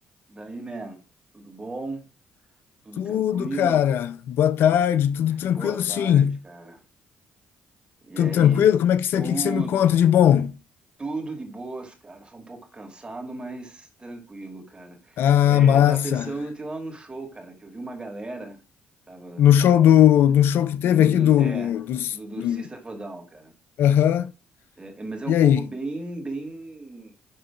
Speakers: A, on the right; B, on the left.
A: Daí, man, tudo bom? Tudo
B: Tudo,
A: tranquilo?
B: cara. Boa tarde. Tudo tranquilo,
A: Boa tarde,
B: sim.
A: cara. E
B: Tudo
A: aí,
B: tranquilo? Como é que você,
A: tudo,
B: que que você me conta de bom?
A: tudo de boas, cara. Só um pouco cansado, mas tranquilo, cara.
B: Ah,
A: É,
B: massa.
A: tava pensando em ir lá no show, cara, que eu vi uma galera, tava,
B: No show
A: tava lá,
B: do, do show que teve
A: do,
B: aqui
A: do-
B: do,
A: é,
B: dos,
A: do, do
B: do,
A: System of a Down, cara.
B: aham.
A: É, é, mas é um
B: E aí?
A: povo bem, bem,